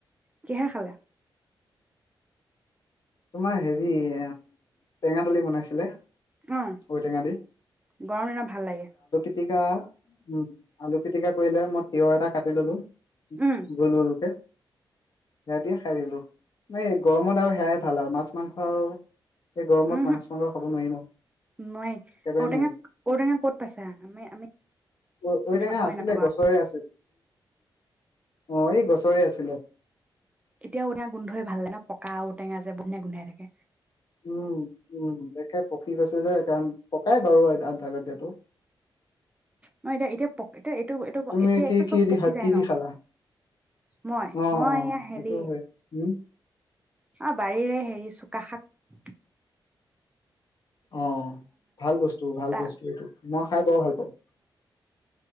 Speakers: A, on the right; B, on the left.
A: কিহে খালা?
B: তোমাৰ হেৰি আ টেঙা দালি বনাইছিলে।
A: অ',
B: ঔটেঙা দি
A: গৰম দিনত ভাল লাগে।
B: <unintelligible> উম, আলু পিতিকা কৰিলে ম তিয়হ এটা কাটি ললো,
A: উম
B: গোল-গোলকে। সেয়া দিয়ে খাই দিলো। নাই, গৰমত আৰু সেয়াই ভাল আও, মাছ মাংস আৰু এই গৰমত
A: উমহু
B: মাছ মাংস খাব নোৱাৰি ন।
A: নোৱাৰি
B: একেবাৰে
A: ঔটেঙা
B: নোৱাৰি।
A: ঔটেঙা ক'ত পাইছা আমি আমি
B: ঔ-ঔটেঙা
A: খাবই
B: আছিলে
A: নাপাওঁ
B: গছৰে আছিল। অ', এই গছৰে আছে।
A: এতিয়া ঔটেঙা গোন্ধই ভাল ন'। পকা ঔটেঙা যে ধুনিয়া গোন্ধাই থাকে।
B: উম, উম। একে পকি গৈছে যে কাৰণ পকাই বাৰু <unintelligible> দিয়টো।
A: ন এতিয়া <unintelligible>
B: তুমি
A: এতিয়া
B: কি
A: এইটো চব
B: কি দি
A: পকি যায়
B: কি
A: ন।
B: দি খালা
A: মই-মই
B: অ অ
A: এয়া হেৰি,
B: সেইটো হয় উম
A: অ' বাৰীৰে হে <unintelligible>
B: অ', ভালবস্তু-ভালবস্তু
A: তা
B: এইটো, মই খাই বৰ ভাল পাওঁ। <inaudible>